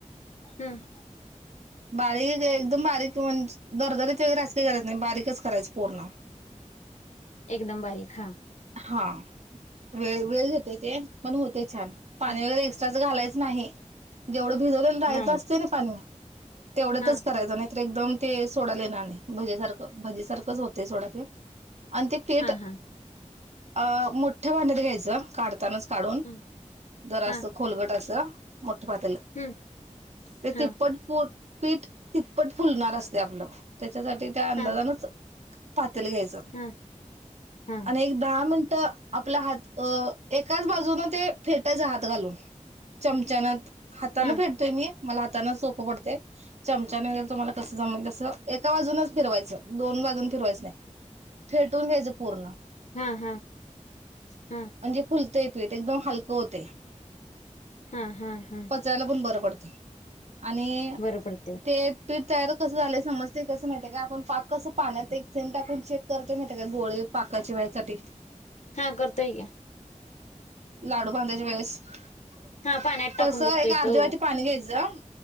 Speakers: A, on the left; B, on the right.
A: हम्म
B: बारीक एकदम बारीक म्हणजे दरदरीचे वगैरे अस का करायच नाही बारीकच करायचं पूर्ण - <inaudible>
A: एकदम बारीक हा -
B: हा वेळ- वेळ गेतय ते पण ते होतय छान - पाणी
A: ह
B: वगैरे एक्स्ट्राचं घालायचं नाही जेवढं भिजवले रायलं
A: नाही
B: असते ना पाणी - तेवढंच
A: हा
B: करायचं नाही. एकदम ते सोडायला येणार नाही भजी सारखं भजी सारखंच होते सोडा ते - आणि ते पीठ
A: हा हा
B: अ मोठ्या भांड्यात घ्यायचं काढतानाच. काढून
A: हम्म
B: जर
A: हा
B: असं खोलगट असं - मोठ पातला
A: हम्म
B: ते
A: हा
B: तिप्पट - पीठ तिप्पट फुलणार असते आपलं त्याच्यासाठी त्या अंदाजानच
A: हा
B: - पातील घ्यायच
A: हा हा हा
B: आणि एक दहा मि - तर आपला हात एकाच बाजूनू ते फेटायचं हात घालून - चमचान हाताानं
A: हा
B: फेडतोय मी मला हातानं सोपं पडतय. चमच्यान वगेरे तुम्हाला कसं जमल तस एका बाजूनच फिरवायचं दोन बाजून फिरवायचं नाही. फेटून घ्यायचं पूर्ण -
A: हम हम हम्
B: म्हणजे फुलतंय पीठ एकदम हलकं होतंय!
A: हा हा हा-
B: पचायला पण बरं पडतंय आणि
A: बरं पडते
B: ते पीठ तयार - कस झालंय समजते कसं माहिते का आपण पाक कस पाण्यात एक थेम टाकून चेक करतो माहिय का गोळे पाकाची - त्यासाठी
A: हा करताोय की
B: लाडू बांधायच्या वेळेस -
A: हा पाण्यात टाकून
B: तस
A: बघतोय
B: एक अर्ध
A: तो
B: वाटी पाणी घ्यायचं